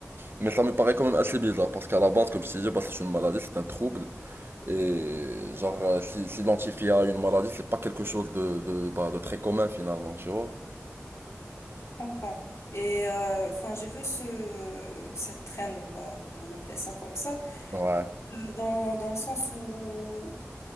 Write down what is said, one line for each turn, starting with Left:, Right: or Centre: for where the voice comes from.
Right: Mais ça me paraît quand même assez bizarre parce qu'à la base, comme je t'ai dit, bah, c'est une maladie, c'est un trouble. Et genre euh, s'il- s'identifier à une maladie, c'est pas quelque chose de, de, bah, de très commun finalement, tu vois.
Left: comprends. Et euh, enfin, j'ai vu ce cette trend, on va on va l'appeler ça comme ça,
Right: Ouais,
Left: euh, dans dans le sens où